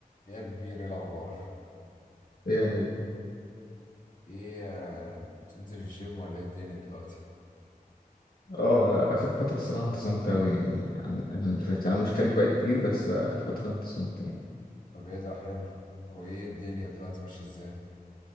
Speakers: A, on the left; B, on the left.
A: ايه يا كبير إيه الاخبار
B: يعني
A: ايه آه، بتنزل الجيم ولا ايه الدنيا دلوقتي
B: اه لا اخر فترة الصراحة انتظمت اوي يعني عن انا اللي فاتت انا مشترك بقالي كتير بس اخر فترة انتظمت يعني
A: طب ايه ده حلو هو ايه الدنيا دلوقتي ماشيه ازاي